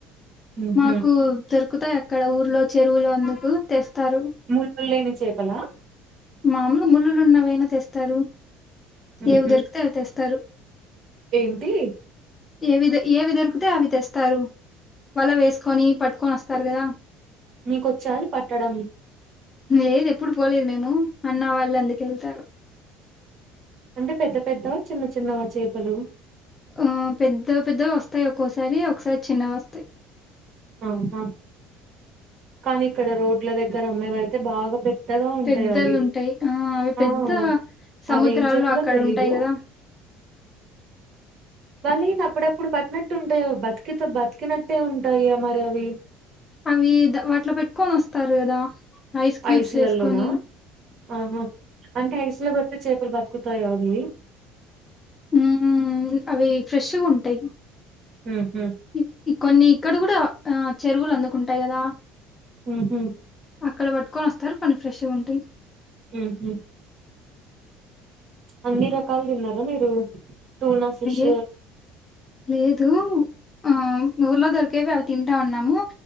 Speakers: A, on the right; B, on the left.
A: హుహు.
B: మాకు దొరుకుతా ఎక్కడ ఊర్లో చెరువులోందుకు తెస్తారు
A: ముల్లులు లేని చేపలా
B: మామూలు ముళ్ళులు ఉన్నవైనా తెస్తారు
A: హుహు.
B: ఏవి దొరికితే అవి తెస్తారు
A: ఏంటి
B: ఏవి ఏవి దొరికితే అవి తెస్తారు వల వేసుకొని పట్టుకొని వస్తారు కదా
A: మీకొచ్చాలి పట్టడం
B: లేదు ఎప్పుడు పోలేదు మేము అన్న వాళ్ళు అందుక వెళ్తారు
A: అంటే పెద్ద పెద్ద చిన్న చిన్నవా చేపలు
B: ఆ పెద్దో పెద్దో వస్తాయి ఒక్కోసారి ఒకసారి చిన్నవి వస్తాయి
A: ఆహా కానీ ఇక్కడ రోడ్ల దగ్గర అమ్మేవ అయితే బాగా పెద్దగా ఉంటాయి
B: పెద్దవి
A: అవి
B: ఉంటాయి ఆ అవి పెద్ద
A: ఆ
B: సముద్రాల్లో
A: అవి ఏం చెప్పలో
B: అక్కడ
A: తెలీదు
B: ఉంటాయి కదా
A: వాళ్ళం అప్పుడప్పుడు పట్టినట్టు ఉంటాయా బతికితో బతికినట్టే ఉంటాయా మరి అవి
B: అవి ద వాటిలో పెట్టుకొని వస్తారు కదా ఐస్ క్యూబ్స్
A: ఐసులల్లోనా?
B: వేసుకొని
A: ఆహా! అంటే ఐసులో పెడితే చేపలు బతుకుతాయో అవి
B: ఉ అవి ఫ్రెష్గా ఉంటాయి
A: హ హ
B: ఇ- ఇ- కొన్ని ఇక్కడ కూడా ఆ చెరువులు అందుకుంటాయి కదా
A: హుహు
B: అక్కడ పట్టుకొని వస్తారు కొన్ని ఫ్రెష్ గా ఉంటాయి
A: ఉహు అన్ని రకాలు తిన్నారా మీరు టూ నా ఫిష్
B: ఏ లేదు ఆ ఊర్లో దొరికేవి అవి తింటా ఉన్నాము